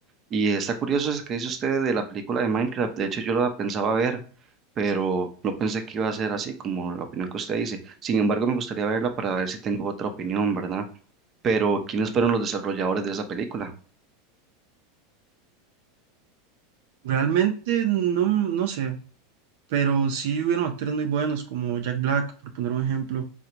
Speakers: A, on the right; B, on the right.
A: Y está curioso eso que dice usted de la película de Minecraft, de hecho yo la pensaba ver, pero no pensé que iba a ser así como la opinión que usted dice. Sin embargo, me gustaría verla para ver si tengo otra opinión, ¿verdad? Pero ¿quiénes fueron los desarrolladores de esa película?
B: Realmente no, no sé, pero sí hubieron actores muy buenos como Jack Black, por poner un ejemplo,